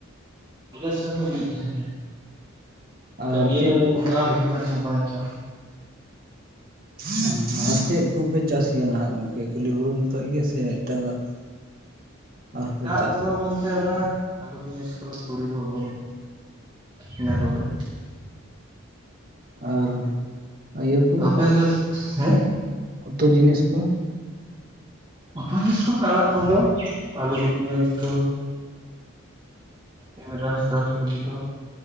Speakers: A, on the right; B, on the right.
A: ᱟᱞᱮ ᱥᱮᱫ ᱦᱚᱸ ᱢᱤᱫ ᱫᱷᱟᱣ ᱜᱮ,
B: ᱟᱨ
A: ᱟᱫᱚ ᱱᱤᱭᱟᱹ
B: ᱪᱮᱫ
A: ᱵᱮᱨ ᱚᱱᱟ ᱦᱩᱭᱩᱜ ᱠᱟᱱ ᱪᱚᱝ ᱵᱟᱝ ᱪᱚᱝ᱾
B: ᱦᱮᱸ ᱟᱨ ᱪᱮᱫ ᱠᱚᱯᱮ ᱪᱟᱥ ᱜᱮᱭᱟ ᱱᱟᱦᱟᱜ ᱜᱚᱝᱠᱮ ᱠᱷᱟᱹᱞᱤ ᱦᱩᱲᱩ ᱢᱚᱛᱚ ᱜᱮ ᱥᱮ ᱮᱴᱟᱜᱟᱜ᱾ <inaudible> ᱟᱨᱦᱚᱸ ᱯᱮ
A: ᱫᱟᱜ
B: ᱪᱟᱥ
A: ᱠᱚᱫᱚ
B: ᱜᱮᱭᱟ?
A: ᱢᱟᱱᱮ ᱥᱮ ᱚᱱᱟ ᱟᱹᱞᱩ ᱯᱮᱭᱟᱡᱽ ᱠᱚ ᱛᱩᱲᱤ ᱜᱚᱢ ᱤᱱᱟ ᱠᱚᱜᱮ᱾
B: ᱟᱨ ᱤᱭᱟᱹ ᱠᱚ
A: ᱟᱯᱮ ᱫᱚ ᱦᱮᱸ
B: ᱩᱛᱩ ᱡᱤᱱᱤᱥ ᱠᱚ᱾
A: ᱩᱛᱩ ᱡᱤᱱᱤᱥ ᱠᱚ ᱟᱲᱟᱜ ᱠᱚᱫᱚ ᱟᱹᱞᱩ ᱠᱚ ᱯᱮᱸᱭᱟᱡᱽ ᱠᱚ᱾ ᱠᱮᱢᱨᱟ ᱥᱟᱠ ᱥᱚᱵᱽᱡᱤ ᱠᱚ